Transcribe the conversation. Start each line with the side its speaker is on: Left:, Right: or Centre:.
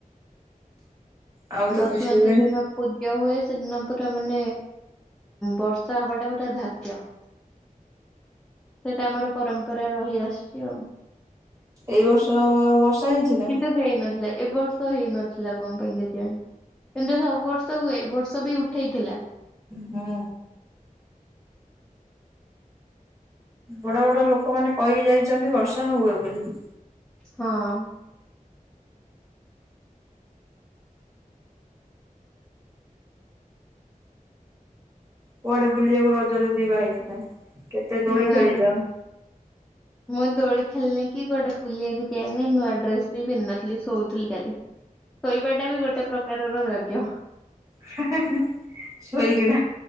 Right: ଆଉ ତ
Centre: ବସୁମତୀ
Right: କିଛି ହୁଏନି।
Centre: ଦିନ ପୂଜା ହୁଏ ସେଦିନ ପୁରା ମାନେ ବର୍ଷା ହବାଟା ପୁରା ଧାର୍ଯ୍ୟ। ସେଇଟା ଆମର ପରମ୍ପରା ରହିଆସିଛି ଆଉ।
Right: ଏଇ ବର୍ଷ ବର୍ଷା ହେଇଛି ନା?
Centre: କିନ୍ତୁ ହେଇନଥିଲା ଏ ବର୍ଷ ହେଇନଥିଲା କଣ ପାଇଁ କେଜାଣି। କିନ୍ତୁ ସବୁ ବର୍ଷ ହୁଏ ଏବର୍ଷ ବି ଉଠେଇଥିଲା।
Right: ହୁଁ ବଡ ବଡ ଲୋକମାନେ କହିକି ଯାଇଛନ୍ତି ବର୍ଷା ହୁଏ ବୋଲି।
Centre: ହଁ
Right: କୁଆଡେ ବୁଲିବାକୁ ରଜରେ ଯିବା ହୋଇଥିଲା। କେତେ ଦୋଳି
Centre: ନାଇଁ।
Right: ଖେଳିଲ?
Centre: ମୁଁ ଦୋଳି ଖେଳିନି କି କୁଆଡେ ବୁଲିବାକୁ ଯାଇନି ନୂଆ ଡ୍ରେସ ବି ପିନ୍ଧିନଥିଲି ଶୋଉଥିଲି ଖାଲି। ଶୋଇବାଟା ବି ଗୋଟେ ପ୍ରକାରର ରଜ।
Right: ହେ ହେ ଶୋଇକିନା